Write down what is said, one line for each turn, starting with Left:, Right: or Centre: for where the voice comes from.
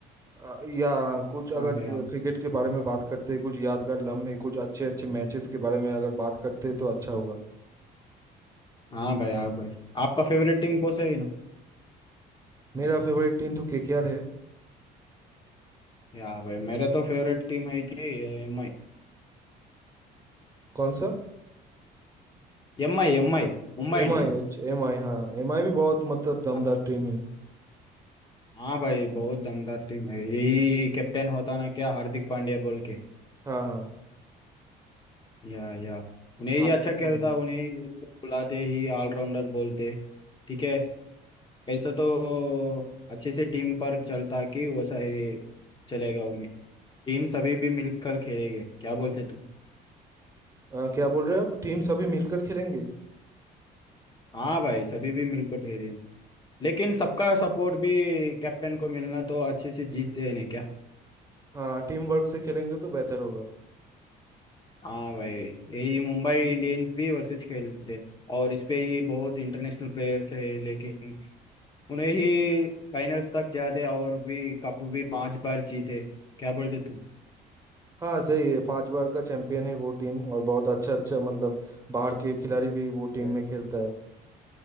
Right: अ, या कुछ अगर
Left: हाँ भाई हाँ
Right: अ, क्रिकेट के बारे में बात करते कुछ यादगार लम्हे कुछ अच्छे अच्छे मैचेस के बारे में अगर बात करते तो अच्छा होगा
Left: हाँ भाई हाँ भाई आपका फेवरेट टीम कौन सा है ना
Right: मेरा फेवरेट टीम तो केकेआर है
Left: या भाई मेरा तो फेवरेट टीम है कि M I
Right: कौन सा
Left: M I M I Mumbai
Right: एमआई
Left: Indians
Right: अच्छा एमआई हाँ एमआई भी बहुत मतलब दमदार
Left: हाँ
Right: टीम है
Left: हाँ भाई बहुत दमदार टीम है यही कैप्टन होता ना क्या हार्दिक पांड्या बोल के
Right: हाँ हाँ
Left: या या उन्हें
Right: हार्दिक
Left: ही अच्छा खेलता
Right: पांड्या
Left: उन्हें ही उसको बुलाते ही ऑलराउंडर बोलते ठीक है कैसे तो अच्छे से टीम पर चलता कि वैसा ही चलेगा उन्हें टीम सभी भी मिलकर खेलेंगे क्या बोलते तुम
Right: आ, क्या बोल रहे हो आप टीम्स अभी मिलकर खेलेंगे
Left: हाँ भाई सभी भी मिलकर ठहरे हैं। लेकिन सबका सपोर्ट भी कैप्टन को मिलना तो अच्छे से जीतते हैं नहीं क्या
Right: हाँ टीम वर्क से खेलेंगे तो बेहतर होगा
Left: हाँ भाई यही मुंबई इंडियंस भी वैसे खेलते हैं। और इस पे ही बहुत इंटरनेशनल प्लेयर्स है लेकिन उन्हें ही फाइनल्स तक जाते हैं और भी कप भी पांच बार जीते क्या बोलते तुम
Right: हाँ सही है पांच बार का चैंपियन है वो टीम और बहुत अच्छा अच्छा मतलब बाहर के खिलाड़ी भी वो टीम
Left: भाई
Right: में खेलता है